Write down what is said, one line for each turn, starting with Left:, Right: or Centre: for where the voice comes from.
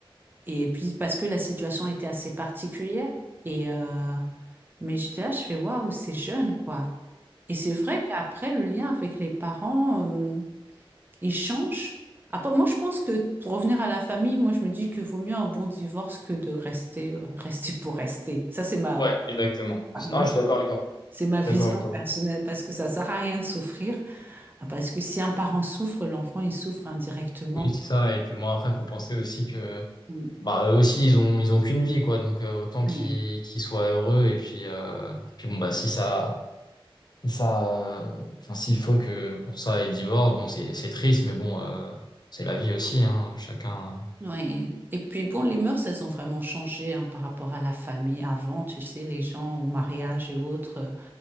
Right: Et puis parce que la situation était assez particulière. Et euh, mais j'étais là, je fais waouh, c'est jeune quoi. Et c'est vrai
Left: Mm.
Right: qu'après le lien avec les parents, euh, il change. Après, moi je pense que pour revenir à la famille, moi je me dis que vaut mieux un bon divorce que de rester euh, <laughs> rester pour rester. Ça c'est ma
Left: Ouais, exactement.
Right: enfin, moi
Left: Non, je suis d'accord avec toi.
Right: c'est ma
Left: Je suis
Right: vision
Left: d'accord avec toi.
Right: personnelle parce que ça sert à rien de souffrir. Ah, Parce que si un parent souffre, l'enfant il souffre indirectement.
Left: Oui, c'est ça. Et puis moi, après, faut penser aussi que,
Right: Mm.
Left: bah, eux aussi, ils ont, ils ont qu'une vie, quoi. Donc, euh, autant
Right: Ouais.
Left: qu'ils qu'ils soient heureux. Et puis, euh, puis bon, bah, si ça, si ça, euh, enfin, s'il faut que pour ça, ils divorcent, bon, c'est, c'est triste, mais bon, euh, c'est la vie aussi, hein. Chacun,
Right: Oui. Et puis bon, les mœurs, elles ont vraiment changé hein, par rapport à la famille. Avant, tu sais, les gens au mariage et autres, euh,